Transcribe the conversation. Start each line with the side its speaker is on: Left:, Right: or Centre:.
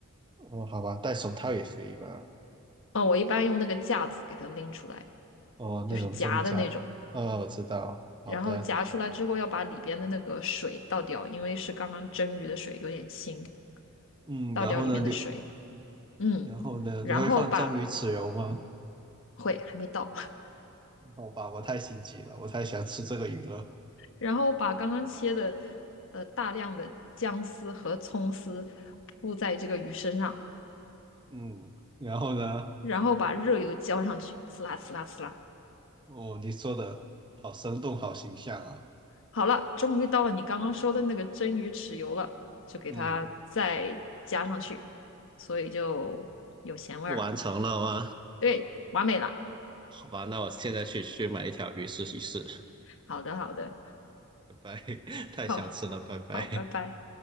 Right: 哦，好吧，戴手套也可以吧？
Left: 嗯，我一般用那个架子给它拎出来，
Right: 哦，
Left: 就是夹的那种。
Right: 那种蒸饺，哦，我知道，好的，
Left: 然后夹出来之后，要把里边的那个水倒掉，因为是刚刚蒸鱼的水，有点腥，
Right: 嗯，
Left: 倒掉里面的水。
Right: 然后呢，你
Left: 嗯，
Right: 然后呢，
Left: 然后把，
Right: 你会放蒸鱼豉油吗？
Left: 会，还没到，<laughs>
Right: 好吧，我太心急了，我太想吃这个鱼了，
Left: 然后把刚刚切的呃大量的姜丝和葱丝铺在这个鱼身上，
Right: 嗯，然后呢，
Left: 然后把热油浇上去，呲啦呲啦呲啦。
Right: 哦，你说的好生动，好形象啊，
Left: 好了，终于到了你刚刚说的那个蒸鱼豉油了，就给它再加上去，
Right: 嗯，
Left: 所以就有咸味儿了。
Right: 完成了吗？
Left: 对，完美了。
Right: 好吧，那我现在去去买一条鱼试一试，
Left: 好的，好的，
Right: 拜拜，<laughs>
Left: <laughs>
Right: 太想吃了，
Left: 好，
Right: 拜拜。
Left: 好，拜拜。